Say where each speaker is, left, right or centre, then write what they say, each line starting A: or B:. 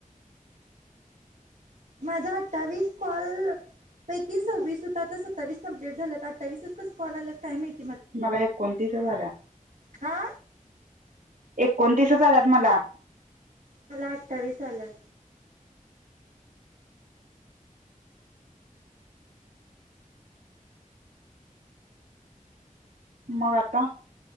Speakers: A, on the right; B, on the right.
A: माझ अठ्ठावीस कॉल पैकी सव्वीस होत आता सत्तावीस कंपलिट झाल्यात अठ्ठावीसच कस कॉल आल्यात काय माहित.
B: मला एकोणतीसच आलाय.
A: हा.
B: एकोणतीसच आल्यात मला.
A: मला अठावीस आल्यात.
B: मग आता,